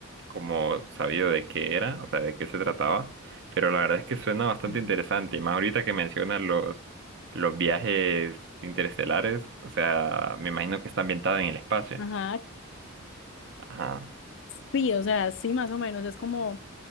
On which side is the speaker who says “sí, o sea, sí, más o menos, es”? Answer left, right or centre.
Left